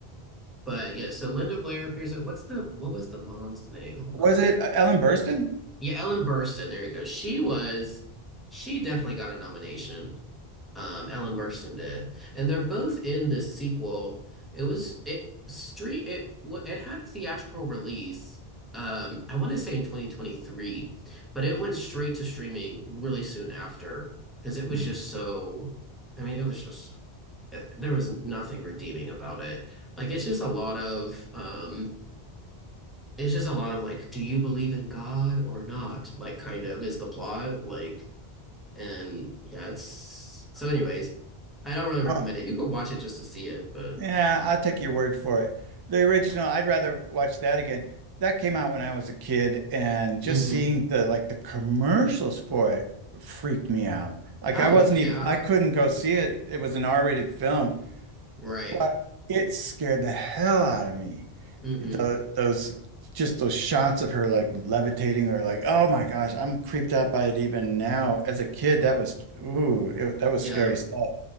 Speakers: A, in the centre; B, on the right.
A: but yeah, so Linda Blair appears at what's the what was the mom's name?
B: Was
A: Hold on.
B: it uh, Ellen Burstyn?
A: Yeah, Ellen Burstyn. There you go. She was, she definitely got a nomination. um Ellen Burstyn did. And they're both in this sequel. It was it street it w- it had a theatrical release. Um, I want to say in 2023, but it went straight to streaming really soon after because it was
B: Hmm.
A: just so, I mean, it was just eh, there was nothing redeeming about it. Like it's just a lot of um it's just a lot of like, do you believe in God or not? Like kind of is the plot. Like and yeah, it's so anyways, I don't really recommend
B: Uh,
A: it. You could watch it just to see it, but
B: yeah, I'll take your word for it. The original, I'd rather watch that again. That came out when I was a kid, and just
A: hmm
B: seeing the like the commercials for it freaked me out. Like
A: Oh
B: I wasn't
A: yeah,
B: even, I couldn't go see it. It was an R-rated film,
A: right.
B: but it scared the hell out of me.
A: hmm
B: the those just those shots of her like levitating or like oh my gosh I'm creeped out by it even now as a kid that was ooh it, that was
A: Yeah.
B: scary stuff